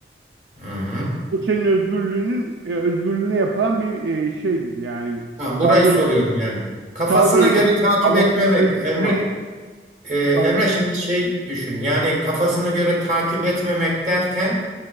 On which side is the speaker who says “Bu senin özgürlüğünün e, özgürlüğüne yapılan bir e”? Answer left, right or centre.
Right